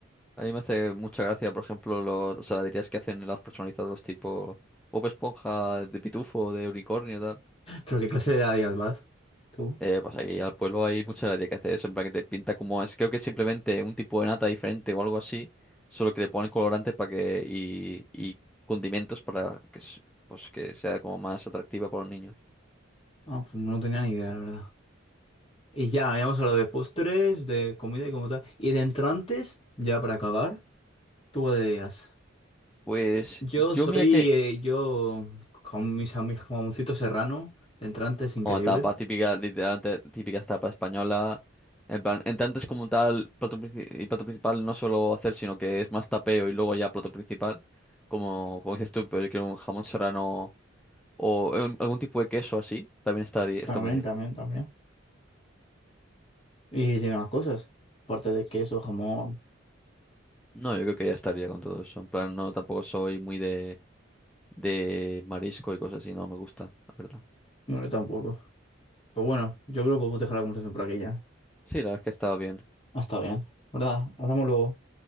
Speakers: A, in the centre; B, on the left.
A: A mí me hace mucha gracia, por ejemplo, los, las heladerías que hacen helados personalizados tipo Bob Esponja, de Pitufo, de Unicornio, tal.
B: ¿Pero qué clase de Adidas vas? ¿Tú?
A: Eh, pues aquí al pueblo hay mucha gracia que hace eso, en plan que te pinta como es, creo que es simplemente un tipo de nata diferente o algo así, solo que le ponen colorante para que y, y condimentos para que, s- pues, que sea como más atractiva para los niños.
B: Ah, pues no tenía ni idea, la verdad. Y ya, habíamos hablado de postres, de comida y como tal. Y de entrantes, ya para acabar, tú qué días.
A: Pues
B: Yo
A: yo
B: soy,
A: mira que,
B: eh, yo, con mis amigos, jamoncito serrano, de entrantes increíble.
A: oh, tapas típicas, literalmente típicas tapas española, en plan, en tanto es como tal, plato, princi- y plato principal no solo hacer, sino que es más tapeo y luego ya plato principal, como, como dices tú, pero yo quiero un jamón serrano o eh, un- algún tipo de queso así, también está está
B: También,
A: muy bien.
B: también, también. Y tiene más cosas. Aparte de queso, jamón.
A: No, yo creo que ya estaría con todo eso. En plan, no, tampoco soy muy de, de marisco y cosas así, no me gusta, la verdad.
B: No, yo tampoco. Pues bueno, yo creo que podemos dejar la conversación por aquí ya.
A: Sí, la verdad es que estaba bien.
B: Ah, Está bien, ¿verdad? Hablamos luego.